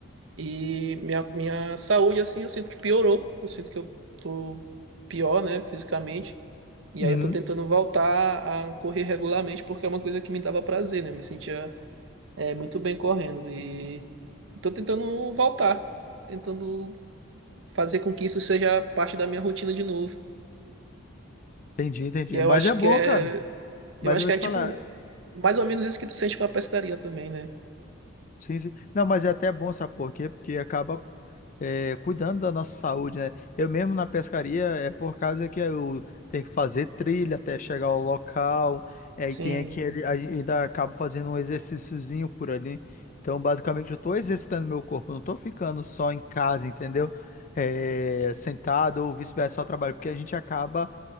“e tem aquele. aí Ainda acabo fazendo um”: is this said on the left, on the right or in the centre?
Left